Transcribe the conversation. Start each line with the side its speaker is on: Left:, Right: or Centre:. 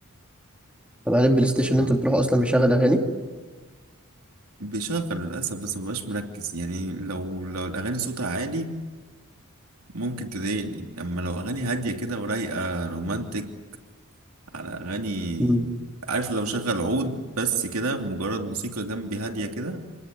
Centre: طب هل البلاي ستيشن
Right: بسمع
Centre: اللي انت بتروحه اصلا بيشغل اغاني
Right: بشغل للاسف بس ما ببقاش مركز يعني لو لو الاغاني صوتها عالي ممكن تضايقني اما لو اغاني هادية كده ورايقة رومانتك على اغاني
Centre: مم.
Right: عارف لو شغل عود بس كده مجرد موسيقى جنبي هادية كده